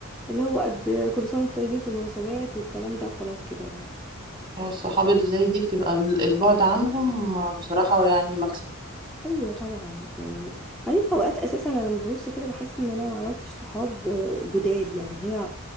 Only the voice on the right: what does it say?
هو الصحاب اللي زي دي بتبقى البعد عنهم بصراحه يعني مكسب